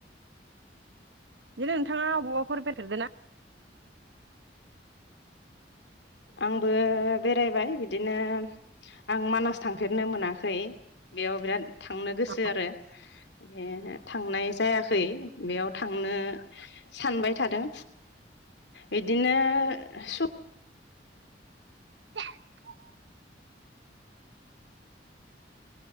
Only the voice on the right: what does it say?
बिदिनो नोंथाङा बबावाफोर बेथेरदोंना
ना
<unintelligible>